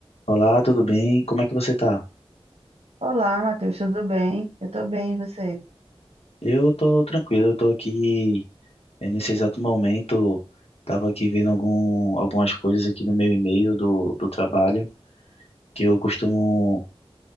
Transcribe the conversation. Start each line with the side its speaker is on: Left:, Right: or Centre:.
Left: Olá, tudo bem? Como é que você tá?
Right: Olá, Matheus, tudo bem? Eu tô bem, e você?
Left: Eu tô tranquilo, eu tô aqui eh, nesse exato momento, tava aqui vendo algum, algumas coisas aqui no meu e-mail do, do trabalho, que eu costumo,